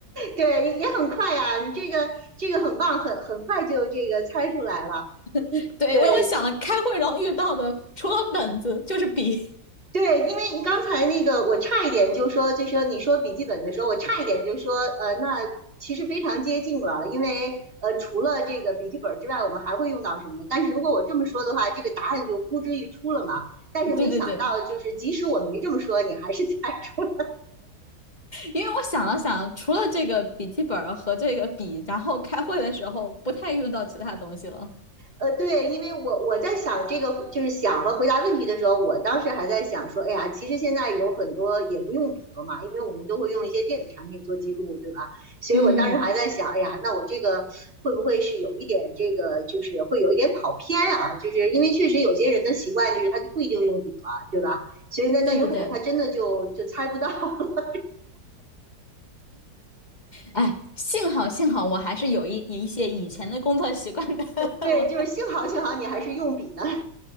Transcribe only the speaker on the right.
对，也很快啊，你这个这个很棒，很很快就这个猜出来了。
嗯，
对
对，因为你刚才那个我差一点就说，就说你说笔记本的时候，我差一点就说，呃，那其实非常接近了，因为呃，除了这个笔记本之外，我们还会用到什么？但是如果我这么说的话，这个答案就呼之欲出了嘛。但是没想到，
就是即使我没这么说，你还是 <laughs> 猜出
呃，对，因为我我在想这个，就是想和回答问题的时候，我当时还在想说，哎呀，其实现在有很多也不用笔了嘛，因为我们都会用一些电子产品做记录，对吧？所以我当时还在想，
哎呀，那我这个会不会是有一点这个，就是会有一点跑偏啊？就是因为确实有些人的习惯就是他就不一定用笔了，对吧？所以那那有可能他真的就就猜不到。
<laughs>
对，
就是幸好幸好你还是用笔呢，